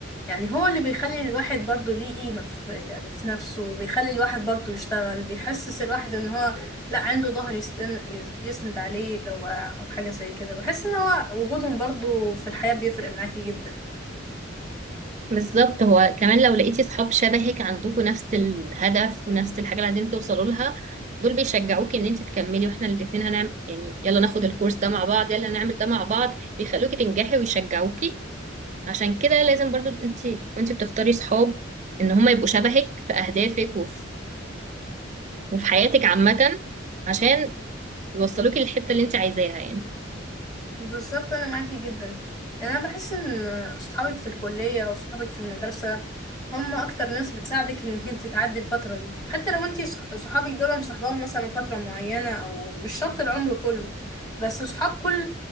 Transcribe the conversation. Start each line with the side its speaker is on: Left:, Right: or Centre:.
Left: يعني هو اللي بيخلي الواحد برضو ليه قيمه في يعني في نفسه وبيخلي الواحد برضو يشتغل بيحسس الواحد ان هو لا عنده ظهر يستن... يسند عليه لو وقع او حاجه زي كده بحس ان هو وجودهم برضو في الحياه بيفرق معاكي جدا
Right: بالظبط هو كمان لو لقيتي صحاب شبهك عندكم نفس الهدف ونفس الحاجة اللي عايزين توصلوا لها دول بيشجعوكي ان انت تكملي واحنا الاتنين هنعمل يعني يلا ناخد الكورس ده مع بعض يلا نعمل ده مع بعض بيخلوكي تنجحي ويشجعوكي عشان كده لازم برضو انت وانت بتختاري صحاب ان هم يبقوا شبهك في اهدافك وفي وفي حياتك عامة عشان يوصلوكي للحتة اللي انت عايزاها يعني
Left: بالظبط انا معاكي جدا يعني انا بحس ان صحابك في الكليه او صحابك في المدرسه هم اكتر ناس بتساعدك انك انت تعدي الفتره دي حتى لو انت صح- صحابك دول مصاحباهم مثلا فتره معينه او مش شرط العمر كله بس صحاب كل